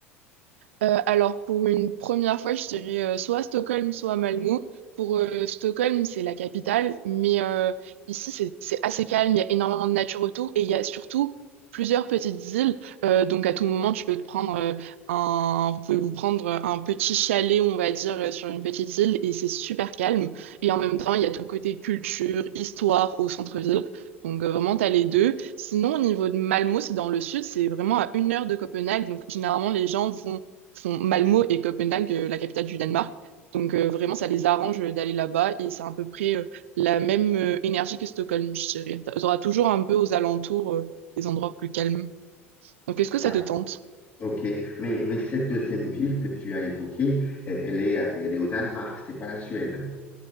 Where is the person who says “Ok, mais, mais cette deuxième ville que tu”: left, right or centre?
Left